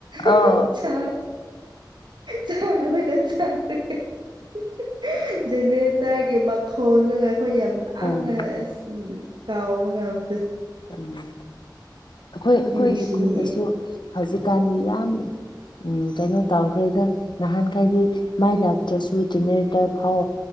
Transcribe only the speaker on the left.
ꯑꯥ
ꯑꯥ
ꯎꯝ ꯑꯩꯈꯣꯏ ꯑꯩꯈꯣꯏꯒꯤ
ꯈꯨꯟꯗꯁꯨ ꯍꯧꯖꯤꯛꯀꯥꯟꯗꯤ ꯌꯥꯝ ꯎꯝ ꯀꯩꯅꯣ ꯇꯧꯈ꯭ꯔꯦꯗ ꯅꯍꯥꯟꯈꯩꯗꯤ ꯃꯩ ꯂꯥꯛꯇ꯭ꯔꯁꯨ ꯖꯦꯅꯦꯔꯦꯇꯔ ꯐꯥꯎ